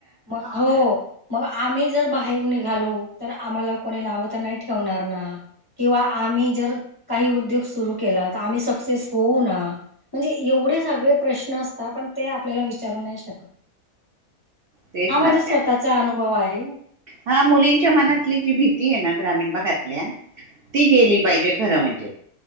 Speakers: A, on the left; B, on the right.
A: मग हो मग आम्ही जर बाहेर निघालो तर आम्हाला कोणी नाव तर नाही ठेवणार ना किंवा आम्ही जर काही उद्योग सुरू केला, तर आम्ही सक्सेस होऊ ना म्हणजे एवढे सगळे प्रश्न असतात पण ते आपल्याला विचारू नाय शकत.
B: तेच
A: हा
B: ना
A: माझा स्वतःचा
B: त्या
A: अनुभव आहे.
B: हा मुलींच्या मनातली जी भीती आहे ना ग्रामीण भागातल्या ती गेली पाहिजे खरं म्हणजे